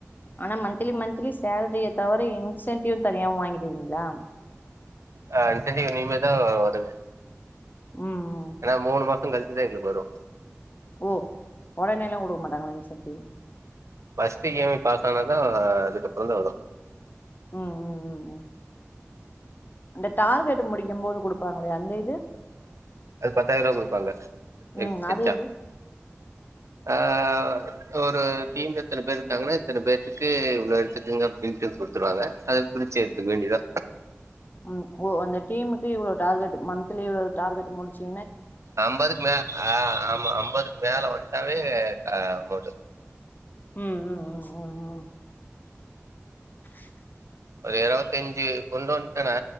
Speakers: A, on the left (about 40°); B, on the right (about 75°).
A: ஆனா மந்த்லி மந்த்லி சேலரிய தவர இன்சென்டியூவ் தனியாவு வாங்கிடுவீங்ளா
B: ஆ இன்சண்ட்டியூவ் இனிமே தா வருது
A: ம் ம்
B: ஏனா மூணு மா சங் கழிச்சி தா எங்குளுக் வரு
A: ஓ ஒடனேல்லா குடுக்க மாட்டாங்ளா incentive
B: first E M I பாஸானாதா அதுக்கப்பறந்தா வரு
A: ம் ம் ம் ம் அந்த டார்கெட் முடிக்கம் போது குடுப்பாங்களே அந்த இது
B: அது பத்தாயிருவா குடுப்பாங்க <unintelligible>
A: ம்
B: வெச்சா
A: அது எப்டி
B: அ ஒரு டீம்ல இத்தன பேர்ருக்காங்கனா இத்தன பேர்த்துக்கு இவ்ளோ எடுத்துக்குங்க அப்டின்ட்டு குட்த்துருவாங்க அத பிரிச்சி எட்த்துக்க வேண்டிதா
A: ம் ஓ அந்தடீமுக்கு இவ்ளோ டார்கெட் மந்த்லி இவ்ளோ டார்கெட் முடிச்சி
B: அம்பதுக் மே அ ஆமா அம்பதுக்கு மேல வன்ட்டாவே அ <unintelligible>
A: ம் ம் ம் ம் <inaudible>
B: அது எதாதாவது செஞ்சி கொண்டு வன்ட்டனா